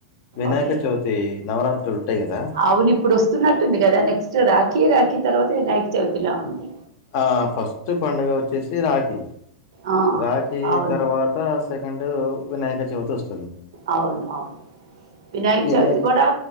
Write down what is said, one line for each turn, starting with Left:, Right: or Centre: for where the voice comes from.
Left: వినాయక
Right: ఓకే
Left: చవితి నవరాత్రు ఉంటయి కదా
Right: అవును ఇప్పుడు వస్తున్నట్టుంది కదా నెక్స్ట్ రాఖీ రాఖీ తర్వాత వినాయక చవితిలా ఉంది
Left: ఆ ఫస్ట్ పండగ వచ్చేసి రాఖీ
Right: ఆ,
Left: రాఖీ
Right: అవును
Left: తర్వా త సెకండు వినాయక చవితి వస్
Right: అవును అవును వినాయక
Left: వినాయక్
Right: చవితి కూడా